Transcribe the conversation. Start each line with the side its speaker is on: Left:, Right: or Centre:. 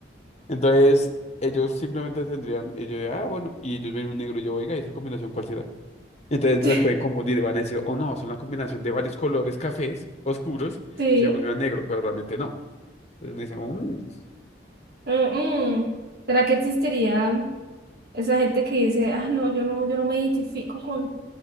Left: Entonces, ellos simplemente tendrían, ellos, de, ah, bueno, y ellos ven un negro y yo, oiga, ¿y esa combinación cuál será? Entonces
Right: <laughs>
Left: las pueden confundir y van a decir, oh no, son la combinación de varios colores cafés oscuros,
Right: sí.
Left: y se volvió negro, pero realmente no. Entonces decimos,
Right: Mm, mm. ¿Será que existiría esa gente que dice, ah, no, yo no, yo no me identifico con,